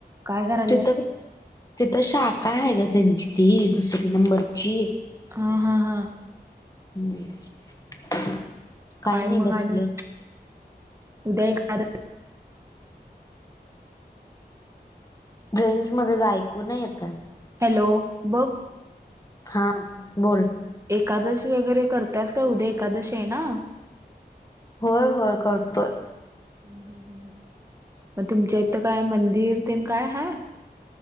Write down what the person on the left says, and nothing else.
तिथं तिथं शाखा आहे गं त्यांची ती दुसरी नंबरची.
<inaudible>
नाही
बसलोय
रेंज मध्ये जा ऐकू नाही येतंय.
हां बोल.
होय होय करतोय.